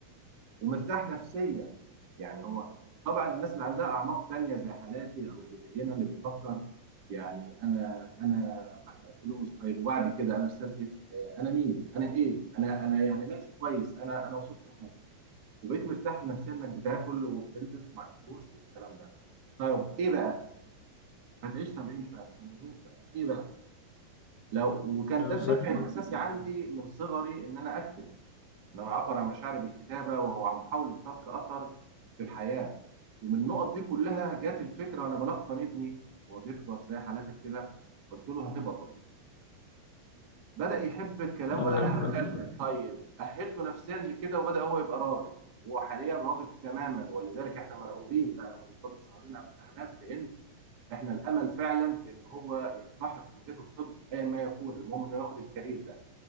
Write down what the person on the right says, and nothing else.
ومرتاح نفسيا يعني هو طبعا الناس اللي عندها اعماق تانية زي حالاتي او اللي زينا اللي بيفكر يعني انا انا حقق فلوس طيب وبعد كده انا رسالتي ايه في الحياه؟ انا مين؟ انا ايه؟ انا انا يعني ماشي كويس انا انا وصلت لحاجه وبقيت مرتاح نفسيا انك بتاكل وبتلبس ومعاك فلوس والكلام ده. طيب ايه بقى؟ هتعيش 70 سنه 80 سنه ايه بقى لو وكان
ده الدافع الاساسي عندي من صغري ان انا اكتب ان انا اعبر عن مشاعري بالكتابه وهو عن محاوله ترك اثر في الحياه ومن النقط دي كلها جات الفكره وانا بلقن ابني وهو بيكبر زي حالاتك كده قلت له هتبقى طبيب بدا يحب الكلام
وبدا يتكلم
طيب اهلته نفسيا لكده وبدا هو يبقى راغب وهو حاليا راغب تماما ولذلك احنا مرعوبين بقى وإن فاضل شهرين على الامتحانات لان احنا الامل فعلا في ان هو يلتحق بكليه الطب ايا ما يكون المهم انه ياخد الكارير ده